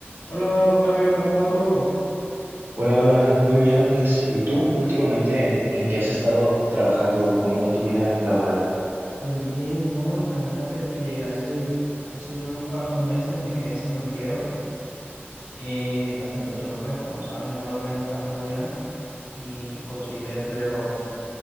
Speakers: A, on the left (about 75°); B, on the right (about 55°).
A: Hola Octavio, ¿cómo va todo?
B: Hola, hola, muy bien Andrés. ¿Y tú últimamente en, en qué has estado trabajando? ¿Cómo va tu vida laboral?
A: Pues bien, no, imagínate que hace, hace unos cuantos meses me quedé sin empleo. Eh, la situación, pues como sabes, en Colombia no está muy buena y conseguir empleos